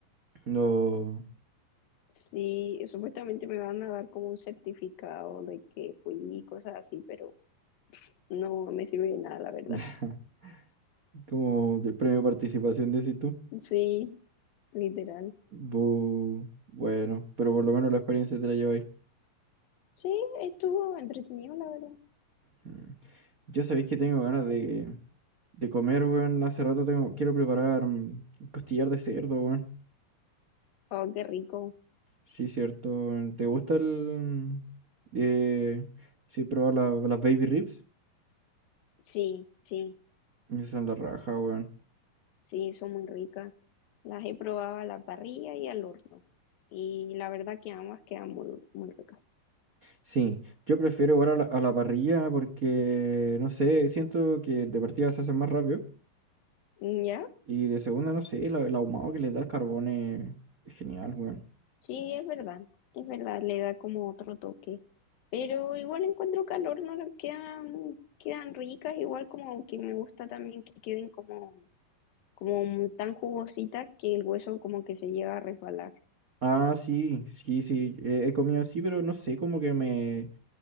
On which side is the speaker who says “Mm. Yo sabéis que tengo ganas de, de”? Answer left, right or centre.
Right